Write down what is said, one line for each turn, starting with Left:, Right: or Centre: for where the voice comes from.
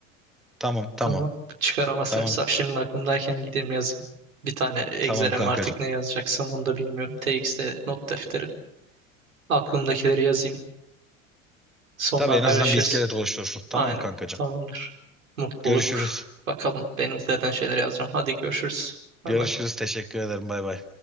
Centre: Tamam,
Right: Tamam.
Centre: tamam.
Right: Çıkaramazsam
Centre: Tamam.
Right: hesap şimdi aklımdayken gideyim yazayım. Bir tane Excel'e
Centre: Tamam kankacığım.
Right: artık ne yazacaksam onu da bilmiyorum. TXT not defteri. Aklımdakileri yazayım. Sonra
Centre: Tabii
Right: haberleşiriz.
Centre: en azından bir iskelet oluşturursun. Tamam
Right: Aynen.
Centre: kankacığım.
Right: Tamamdır. Mutluluk.
Centre: Görüşürüz.
Right: Bakalım. Benim neden şeyler yazacağım. Hadi görüşürüz. Bay
Centre: Görüşürüz.
Right: bay.
Centre: Teşekkür ederim. Bay bay.